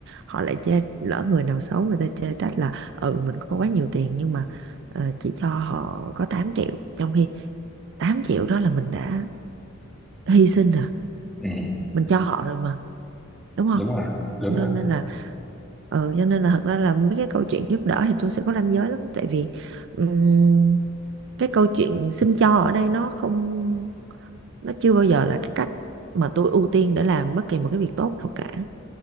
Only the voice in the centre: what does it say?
Ừ.
đúng rồi đúng
rồi